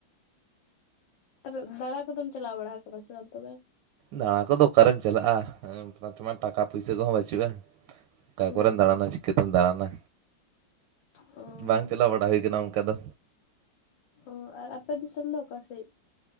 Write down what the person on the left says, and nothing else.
ᱟᱫᱚ ᱫᱟᱬᱟ ᱠᱚᱫᱚᱢ ᱪᱟᱞᱟᱣ ᱵᱟᱲᱟ ᱠᱟᱫᱟ ᱥᱮ ᱵᱟᱝ ᱛᱚᱵᱮ?
ᱦᱩᱸ
ᱦᱩᱸ
ᱚᱻ ᱟᱨ ᱟᱯᱮ ᱫᱤᱥᱚᱢ ᱫᱚ ᱚᱠᱟ ᱥᱮᱫ?